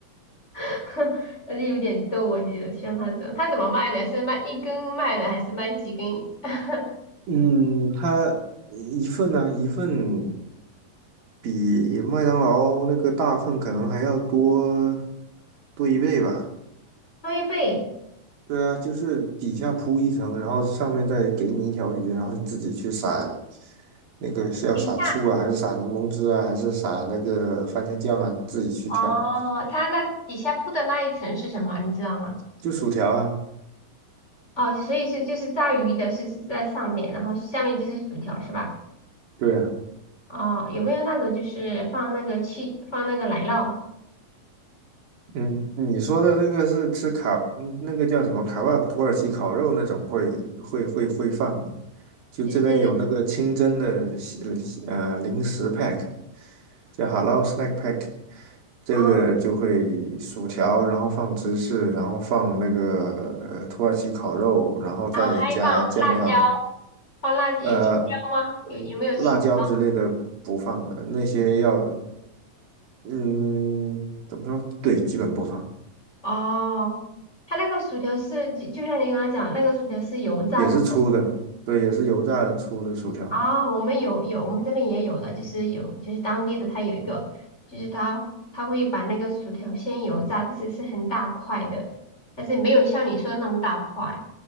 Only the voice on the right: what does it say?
嗯，它一份呢、一份比麦当劳那个大份可能还要多多一倍吧。
对啊，就是底下铺一层，然后上面再给你一条鱼，然后你自己去撒那个是要撒醋啊，
还是撒柠檬汁啊，还是撒那个番茄酱啊，自己去挑。
就薯条啊。
对啊，
嗯，你说的那个是吃卡，嗯那个叫什么卡巴土耳其烤肉那种会会会会放，就这边有那个清真的西呃零食
pack，叫 Halal Snack Pack，这个就会薯条，
然后放芝士，然后放那个呃土耳其烤肉，然后再加酱料，
呃，
辣椒之类的不放了，那些要嗯怎么说？对，基本不放，
也是粗的，对，也是油炸的粗的薯条，